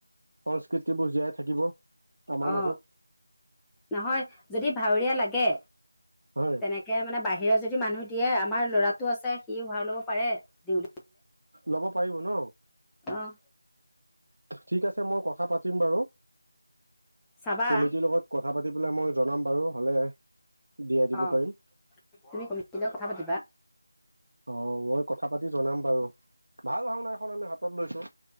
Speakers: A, on the right; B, in the centre.
A: সংস্কৃতিবোৰ জীয়াই থাকিব। আমাৰ
B: অ,
A: মাজত
B: নহয় যদি ভাওঁৰীয়া লাগে
A: হয়
B: তেনেকে মানে বাহিৰৰ যদি মানুহ দিয়ে আমাৰ ল'ৰাতটো আছে, সি ভাওঁ ল'ব পাৰে, দেউ
A: লব পাৰিব ন
B: অঁ
A: ঠিক আছে মই কথা পাতিম বাৰু
B: চাবা
A: কমিটিৰ লগত কথা পাতি পেলাই মই জনাম বাৰু, হ'লে দিয়াই দিব
B: অ,
A: পাৰিম
B: তুমি কমিটি লগত কথা পাতিবা।
A: অ, মই কথা পাতি জনাম বাৰু, ভাল ভাওঁনা এখন আমি হাতত লৈছো,